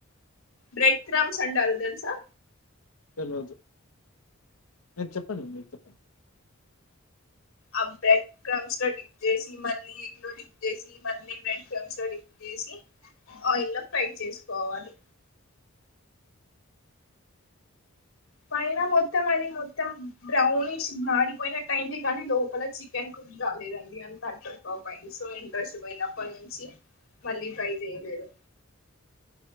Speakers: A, on the left; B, on the left.
A: బ్రెడ్ క్రమ్స్ అంటారు తెలుసా
B: ఏం రాదు మీర్ చెప్పండి మీరు చెప్పండి
A: ఆ బ్రెడ్ క్రమ్స్ లో డిప్ చేసి మళ్ళీ ఎగలో డిప్ చేసి మళ్ళీ బ్రెడ్ క్రమ్స్ లో డిప్ చేసి ఆయిల్ లో ఫ్రై చేసుకోవాలి పైన మొత్తం అది మొత్తం బ్రౌనిష్ మాడిపోయిన టైంది కానీ లోపల చికెన్ కుక్ కాలేదండి అంత అట్టర్ టప్ అయింది సో ఇంట్రెస్ట్ పోయినప్పటి నుంచి మళ్ళీ ట్రై చేయలేదు